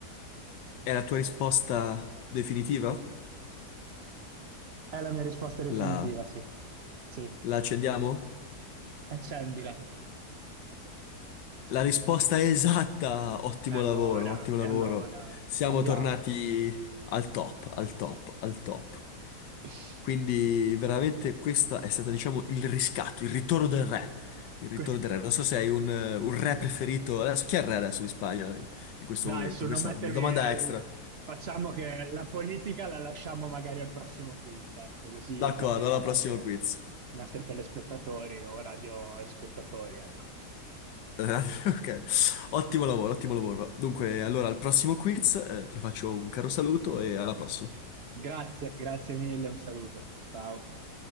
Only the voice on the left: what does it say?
È la tua risposta definitiva?
La,
la accendiamo?
La risposta è esatta! Ottimo
lavoro, ottimo
lavoro.
Siamo
tornati al top, al top, al top.
Quindi veramente questa è stata, diciamo, il riscatto, il ritorno del re. Il ritorno
del re. Non so se hai un,
eh, un re preferito. Adesso, chi è il re adesso di Spagna in, in questo
momento?
Questa
è una domanda extra. <laughs>
D'accordo,
alla prossima
quiz.
Eh, <laughs> Ok, ottimo lavoro, ottimo lavoro. Dunque, allora al prossimo quiz, eh, ti faccio un caro saluto e alla prossima.